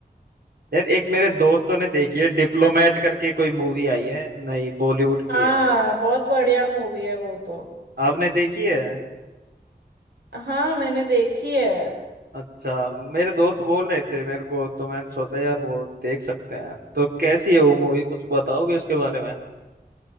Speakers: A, on the right; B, on the right.
A: यार एक मेरे दोस्तों ने देखी है डिप्लोमेट करके कोई मूवी आई है नहीं बॉलीवुड की
B: हाँ
A: है
B: बहुत बढ़िया मूवी है वो तो
A: आपने देखी है
B: हाँ मैंने देखी है
A: अच्छा मेरे दोस्त बोल रहे थे मेरे को तो मैंने सोचा यार वो देख सकते हैं तो कैसी है वो मूवी कुछ बताओगे उसके बारे में